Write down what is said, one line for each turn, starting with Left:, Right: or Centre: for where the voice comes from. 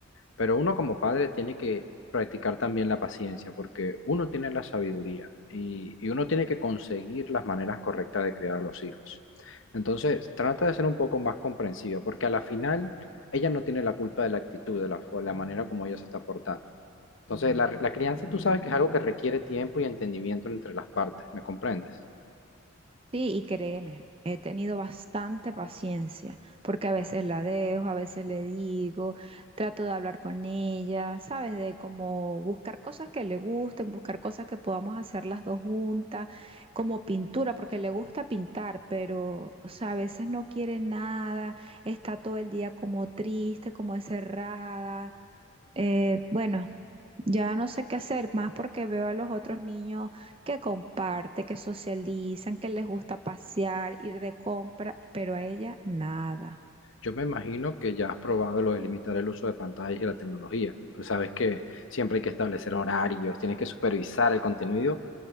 Left: pero uno como padre tiene que practicar también la paciencia, porque uno tiene la sabiduría y, y uno tiene que conseguir las maneras correctas de criar a los hijos. Entonces, trata de ser un poco más comprensiva, porque a la final ella no tiene la culpa de la actitud, de la, fo- la manera como ella se está portando. Entonces, la, la crianza tú sabes que es algo que requiere tiempo y entendimiento entre las partes, ¿me comprendes?
Right: Sí, y créeme, he tenido bastante paciencia, porque a veces la dejo, a veces le digo, trato de hablar con ella, ¿sabes? De como buscar cosas que le gusten, buscar cosas que podamos hacer las dos juntas, como pintura, porque le gusta pintar, pero, o sea, a veces no quiere nada, está todo el día como triste, como encerrada. Eh, bueno, ya no sé qué hacer más porque veo a los otros niños que comparten, que socializan, que les gusta pasear, ir de compra, pero a ella nada.
Left: Yo me imagino que ya has probado lo de limitar el uso de pantallas y la tecnología. Tú sabes que siempre hay que establecer horarios, tienes que supervisar el contenido